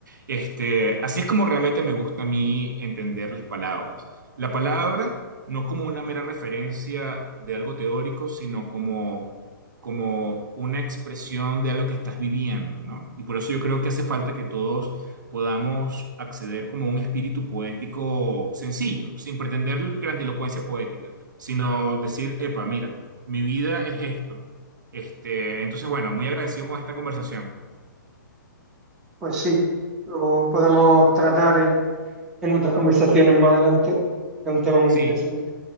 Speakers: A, on the right (about 60°); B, in the centre.
A: Este, así es como realmente me gusta a mí entender las palabras. La palabra no como una mera referencia de algo teórico, sino como, como una expresión de algo que estás viviendo, ¿no? Y por eso yo creo que hace falta que todos podamos acceder como a un espíritu poético sencillo, sin pretender grandilocuencia poética, sino decir, epa, mira, mi vida es esto. Este, entonces, bueno, muy agradecido con esta conversación.
B: Pues sí, lo podemos tratar en, en otras conversaciones más adelante. Es un tema muy
A: Sí,
B: interesante.